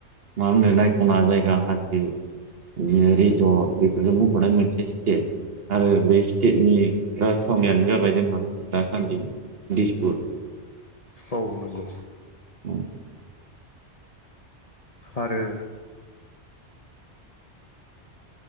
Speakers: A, on the right (about 60°); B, on the left (about 35°).
A: मा होनो? नायथावना जायगा हाजो बि रिजर्ट बेफोरजों बुंफबनाय मोनसे स्टेट। आरो बे स्टेटनि राजथावनियानो जाबाय जोंहा दासान्दि दिसपुर
B: औ नंगौ।
A: औ।
B: आरो।